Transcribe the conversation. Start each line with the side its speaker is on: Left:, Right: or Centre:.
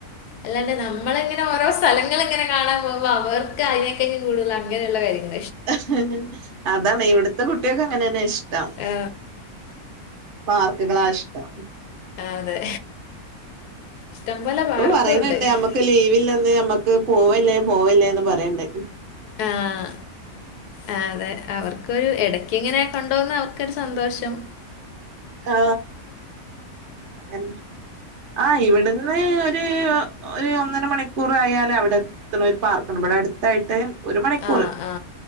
Left: അല്ലാണ്ട് നമ്മളിങ്ങനെ ഓരോ സ്ഥലങ്ങള ഇങ്ങനെ കാണാൻ പോകുമ്പോൾ അവർക്ക് അതിനെക്കാളും കൂടുതൽ അങ്ങനെയുള്ള കാര്യങ്ങ-
Right: <inaudible> അതാണ് ഇവിടുത്തെ കുട്ടി കുട്ടികൾക്ക് അങ്ങന തന്ന ഇഷ്ട്ട - <unintelligible> ട്ടം
Left: ആ,
Right: പാർക്കുകളാ ഇഷ്ടം
Left: അതെ ഇഷ്ടംപോലെ പാർക്കും
Right: ഓ പറയുന്നുണ്ട്
Left: ഉണ്ട്
Right: നമ്മക്ക് ലീവല്ലെന്ന് പോവല്ലേ പോവല്ലേന്ന് പറണ്ട്
Left: ആഹ ആ അതെ അവർക്കൊരു ഇടക്ക് ഇങ്ങനെ കൊണ്ടോന്നത് അവർ- ഒക്കെരു സന്തോഷം
Right: ആ ഏതാ ഇവിടുന്ന് ഒരു ഒരു ഒന്നര മണിക്കൂർ ആയാൽ അവിടെ എത്തണ ഒരു പാർക്ക്ണ്ട് ഇവിടെ അടുത്തായിട്ട് ഒരു മണിക്കൂറ്
Left: ആ ആ